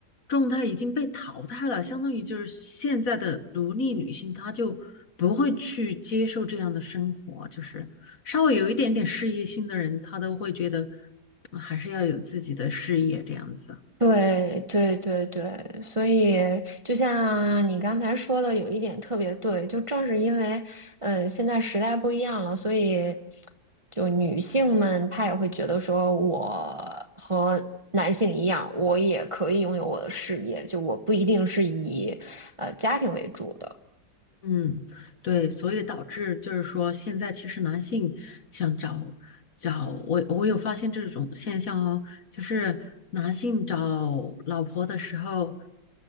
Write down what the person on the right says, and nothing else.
对对对对，所以就像你刚才说的，有一点特别对，就正是因为，嗯，现在时代不一样了，所以就女性们她也会觉得说，我和男性一样，我也可以拥有我的事业，就我不一定是以呃家庭为主的。